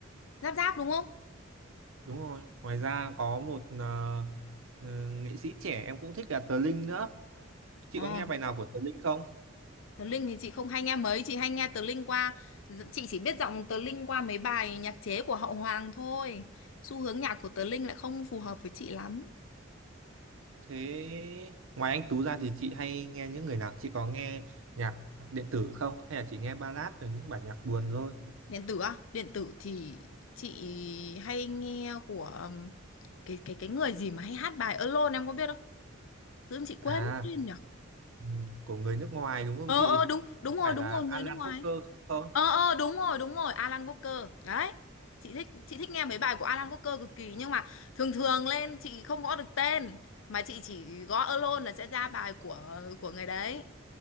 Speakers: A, on the left (about 75°); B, on the right (about 80°).
A: rap rap đúng không
B: Đúng rồi. Ngoài ra có một ờ, ờ, nghệ sĩ trẻ em cũng thích là Tờ Linh nữa. Chị
A: ờ
B: có nghe bài nào của Tờ Linh không?
A: Tờ Linh thì chị không hay nghe mấy chị hay nghe Tờ Linh qua chị chỉ biết giọng Tờ Linh qua mấy bài nhạc chế của Hậu Hoàng thôi xu hướng nhạc của Tờ Linh lại không phù hợp với chị lắm
B: Thế ngoài anh Tú ra thì chị hay nghe những người nào? Chị có nghe nhạc điện tử không? Hay là chị nghe ballad rồi những bản nhạc buồn thôi?
A: điện tử á điện tử thì chị hay nghe của um, cái cái cái người gì mà hay hát bài Alone em có biết không tự dưng chị
B: À
A: quên mất tên nhỉ
B: Ừ, của người nước ngoài đúng không
A: ờ
B: chị?
A: ờ đúng đúng
B: Có
A: rồi
B: phải
A: đúng
B: là
A: rồi người
B: Alan
A: nước ngoài
B: Walker không?
A: ờ ờ đúng rồi đúng rồi Alan Walker đấy chị thích chị thích nghe mấy bài của Alan Walker cực kỳ nhưng mà thường thường lên chị không gõ được tên mà chị chỉ gõ Alone là sẽ ra bài của của người đấy